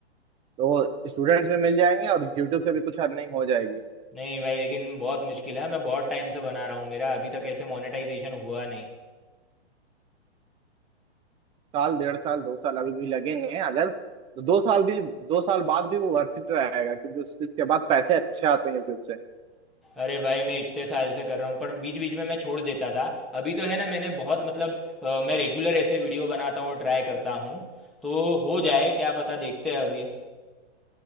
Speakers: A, on the right; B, in the centre.
A: तो स्टूडेंट्स भी मिल जाएंगे और यूट्यूब से भी कुछ अर्निंग हो जाएगी
B: नहीं भाई लेकिन बहुत मुश्किल है मैं बहुत टाइम से बना रहा हूँ मेरा अभी तक ऐसे मोनेटाइजेशन हुआ नहीं
A: साल डेढ़ साल दो साल अभी भी लगेंगे अगर तो दो साल भी दो साल बाद भी वो वर्थ इट रहेगा क्योंकि उस- उसके बाद पैसे अच्छे आते हैं यूट्यूब से
B: अरे भाई मैं इतने साल से कर रहा हूँ पर बीच बीच में मैं छोड़ देता था अभी तो है ना मैंने बहुत मतलब अ, मैं रेगुलर ऐसे वीडियो बनाता हूँ ट्राई करता हूँ तो हो जाए क्या पता देखते हैं अभी